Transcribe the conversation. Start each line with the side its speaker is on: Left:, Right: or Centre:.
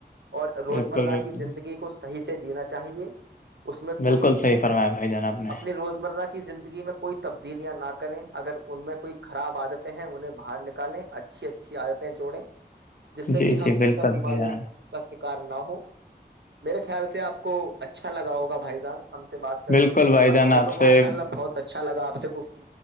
Right: اور روزمرہ
Left: بالکل بالکل
Right: کی زندگی صحیح سے جینا چاہیے اس میں
Left: بالکل
Right: کوئی
Left: صحیح فرمایا بھائی جان آپ نے
Right: اپنی روز مرہ کی زندگی میں کوئی تبدیلیاں نہ کریں اگر ان میں کوئی خراب عادتیں ہیں انہیں باہر نکالیں اچھی اچھی عادتیں جوڑیں جس سے
Left: جی
Right: کہ ہم
Left: جی بالکل
Right: ان سب بیماریوں
Left: بھائی جان
Right: کا کار نہ ہو میرے خیال سے آپ‌کو اچھا لگا ہوگا بھائی جان ہم سے بات کر
Left: بالکل
Right: کے
Left: بھائی
Right: اور
Left: جان
Right: ہمیں
Left: آپ
Right: تو
Left: سے
Right: ماشاء اللہ بہت اچا اچھاگا آپ سے گفت